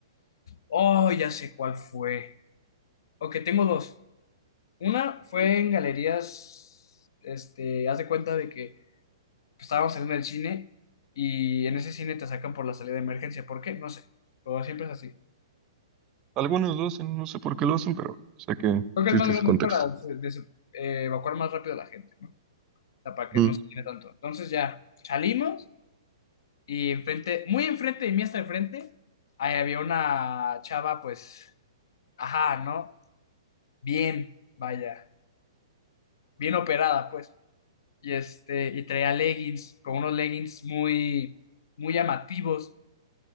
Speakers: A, on the left; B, on the right.
A: Oh, ya sé cuál fue. Ok, tengo dos. Una fue en galerías, este, haz de cuenta de que pues, estábamos saliendo del cine y en ese cine te sacan por la salida de emergencia. ¿Por qué? No sé, pero siempre es así.
B: Algunos lo hacen, no sé por qué lo hacen, pero sé que
A: Creo
B: existe
A: que es más grande
B: ese contexto.
A: para de- de- eh, evacuar más rápido a la gente, ¿no? O sea, para que
B: Ujú.
A: no se llene tanto. Entonces ya salimos y enfrente, muy enfrente de mí hasta enfrente, ahí había una chava, pues, ajá, ¿no? Bien, vaya, bien operada, pues. y este, y traía leggings, con unos leggings muy, muy llamativos.